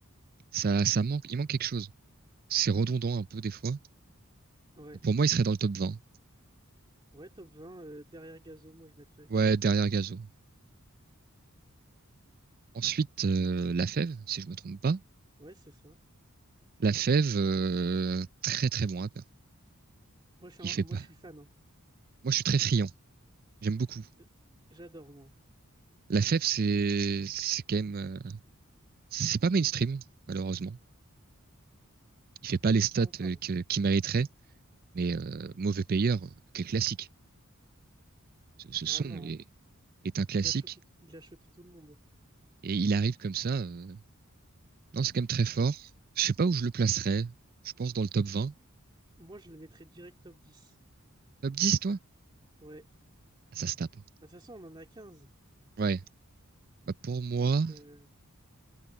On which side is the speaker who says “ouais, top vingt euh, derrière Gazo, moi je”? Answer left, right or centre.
Right